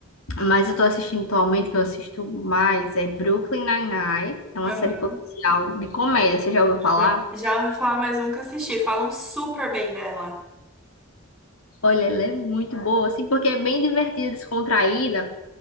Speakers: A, on the left (about 75°); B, in the centre.
A: mas eu tô assistindo atualmente, que eu assisto mais, é Brooklyn Nine-Nine. É uma
B: Aham.
A: série policial de comédia, você já ouviu
B: Já,
A: falar?
B: já ouvi falar, mas nunca assisti. Falam super bem dela.
A: Olha, ela é muito boa, assim, porque é bem divertida, descontraída,